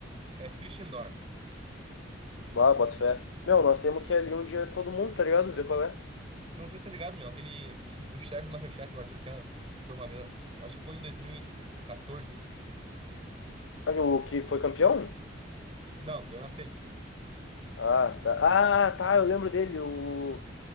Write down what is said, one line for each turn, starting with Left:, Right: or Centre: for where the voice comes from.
Right: É fish and door.
Left: Ah, bota fé. Meu, nós temos que ir ali um dia todo mundo, tá ligado? Ver qual é.
Right: Não sei se tá ligado, meu. Aquele. <clears throat> O chefe do MasterChef, o Arthur Kellerman, que foi uma vez. Acho que foi em 2014.
Left: Ah, O que foi campeão?
Right: Não, caiu na semi.
Left: Ah, tá. Ah, tá, eu lembro dele. O.